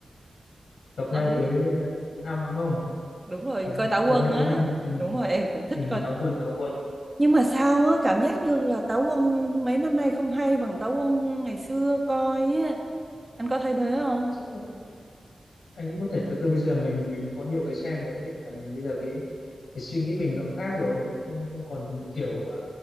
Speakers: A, on the left; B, on the right.
A: gặp
B: ông
A: nhau
B: đi
A: cuối à, cuối năm đúng không
B: đúng rồi
A: phải không
B: coi Táo
A: gặp
B: Quân
A: nhau
B: á
A: cuối năm ừ.
B: đúng rồi em cũng thích
A: Ừ.
B: coi
A: Táo quân táo quân
B: nhưng mà sao á cảm giác như là Táo Quân mấy năm nay không hay bằng Táo Quân ngày xưa coi á anh có thấy thế không
A: chắc là anh cũng có thể thực ra bây giờ mình mình cũng có nhiều cái xem rồi ấy. Nghĩa là mình bây giờ cái, cái suy nghĩ mình nó cũng khác rồi nó không không còn kiểu à,